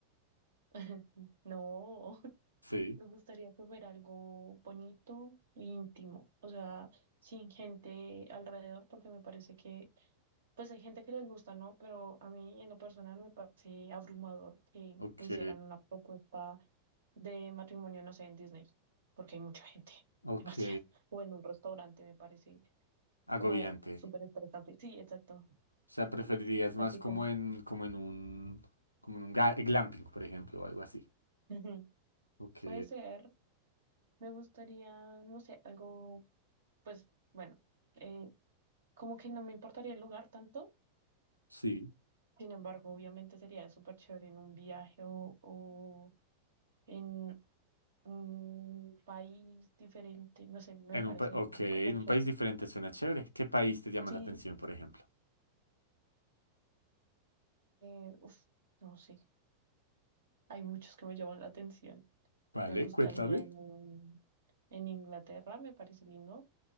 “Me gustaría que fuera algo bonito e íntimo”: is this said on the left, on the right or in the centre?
Right